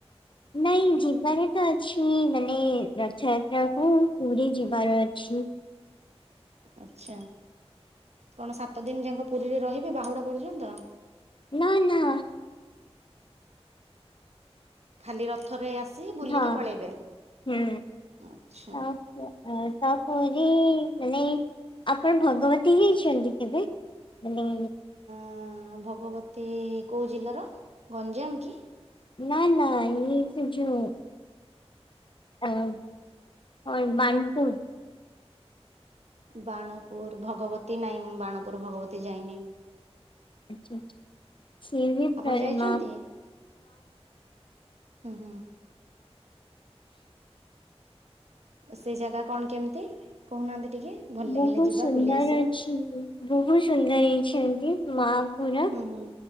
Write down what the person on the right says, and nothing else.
ଆଚ୍ଛା କଣ ସାତ ଦିନ ଯାକ ପୁରୀରେ ରହିବେ ବାହୁଡା ପର୍ଯ୍ୟନ୍ତ?
ଖାଲି ରଥରେ ଆସି ବୁଲିକି
ପଳେଇବେ
ଆଛା।
ଆ ଭଗବତୀ କୋଉ ଜିଲ୍ଲାର ଗଞ୍ଜାମ କି?
ବାଣପୁର ଭଗବତୀ ନାଇଁ ମୁଁ ବାଣପୁର ଭଗବତୀ ଯାଇନି।
ଆପଣ ଯାଇଛନ୍ତି ହୁଁ ହୁଁ ସେଇ ଜାଗା କଣ କେମିତି କହୁନାହାନ୍ତି ଟିକେ? ଭଲ ଲାଗିଲେ
ଯିବା
ବୁଲି ଆସିବା
ହୁଁ ହୁଁ।